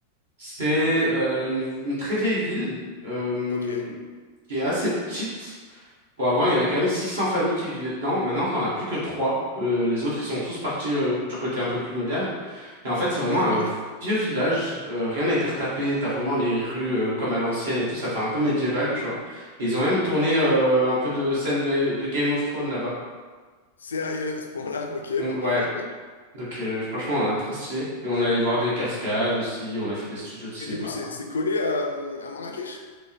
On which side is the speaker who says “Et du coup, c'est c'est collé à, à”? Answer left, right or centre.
Left